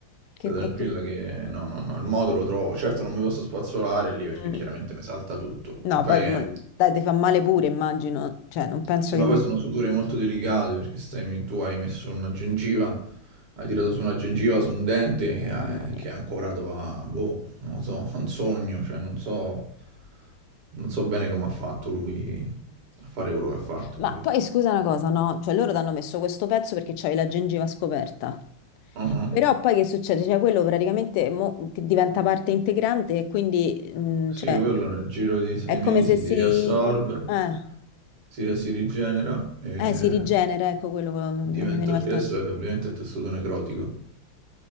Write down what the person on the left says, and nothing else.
che
con tut-
Mm.
No,
poi ma-
dai, ti fa male pure, immagino, cioè non penso
che...
mo-
Mamma mia.
Ma
poi scusa una cosa, no? Cioè loro ti hanno messo questo pezzo perché c'hai la gengiva scoperta.
Però poi che succede? Cioè quello praticamente mo- che diventa parte integrante e quindi mh,
cioè,
è
come se si...
Eh,
eh, si rigenera, ecco quello, non
mi veniva
il termine.